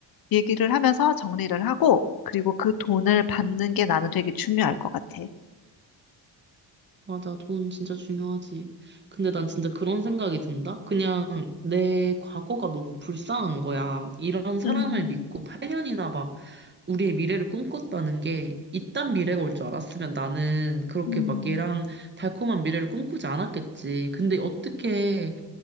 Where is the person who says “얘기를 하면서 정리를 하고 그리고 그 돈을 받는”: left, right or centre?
Left